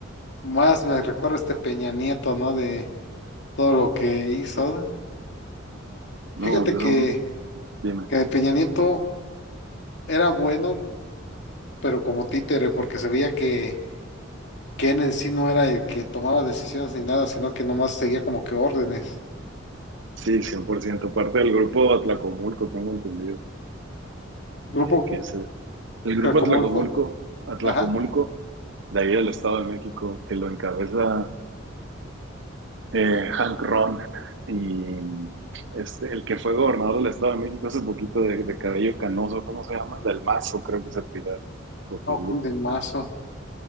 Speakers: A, on the left; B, on the right.
A: más me recuerdo este Peña Nieto, ¿no? De todo lo que hizo.
B: No,
A: Fíjate
B: yo
A: que,
B: son, dime.
A: que Peña Nieto era bueno, pero como títere, porque se veía que, que él en sí no era el que tomaba decisiones ni nada, sino que nomás seguía como que órdenes.
B: Sí, cien por ciento Parte del grupo Atlacomulco, tengo entendido. eh,
A: Grupo
B: que es el, el grupo
A: Cracomulfo,
B: Atlacomulco, Atlacomulco,
A: ajá,
B: de ahí del Estado de México, que lo encabeza eh, Hank Ron. Y este, el que fue gobernador del Estado de México hace poquito, de, de cabello canoso, ¿cómo se llama? Del Mazo, creo que se apellida. o apellida.
A: ah ok, del Mazo.